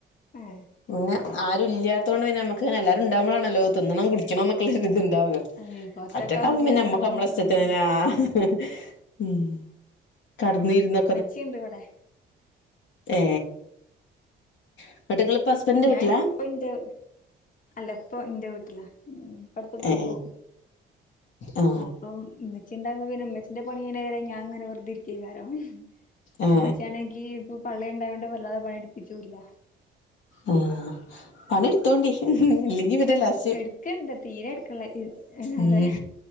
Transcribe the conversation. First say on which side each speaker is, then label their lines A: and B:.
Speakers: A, on the left (about 40°); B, on the left (about 70°).
A: ഏഹ്
B: പിന്നെ ആരു ഇല്ലാത്തോ ണ്ട് പിന്നെ നമ്മക്ക്ല്ലാരുണ്ടാ മ്പൊ ളാണല്ലോ തിന്നണം കുടിക്കന്നക്കൊരുള്ളൊരു ഇണ്ടാകാ
A: അയ് ഇപ്പൊ
B: ഒറ്റക്കാവുമ്പോ പിന്നെ
A: അങ്ങനൊന്നും
B: നമ്മക്ക് നമ്മളിഷ്ടതിന
A: തോന്നൂല
B: ന്നെ ആ ഹ് ഉം കടന്നിരുന്നോ?
A: ചീണ്ടിവടെ
B: ഏ എന്നിട്ട് ഇങ്ങളിപ്പോ ഹസ്ബൻഡിന്റെ
A: ഞാൻ
B: വീട്ടിലാ
A: ഇപ്പ ന്റെ അല്ല ഇപ്പൊ ന്റെ വീട്ടിലാ പ്പ ട് ത്തു പോകും
B: ഏ ആ
A: അപ്പം മ്മച്ചിണ്ടാവുമ്പോ പിന്നെ മ്മച്ചന്റെ പണി കയ്യിണ വരെ ഞാ അങ്ങനെ വെർതെര് കേക്കാരം
B: ഏ
A: മ്മച്ചിയാണെങ്കി പ്പൊ പള്ളേൽണ്ടാ യൊണ്ട് വല്ലാതെ പണി ഇജൂല
B: ഉം പണി ഇ ട് ത്തോണ്ടി ഇല്ലെങ്കി പിന്നെ ലസ്
A: എടുക്ക്ണ്ട് തീരെ എടുക്ക്ള്ള അതെ
B: ഉം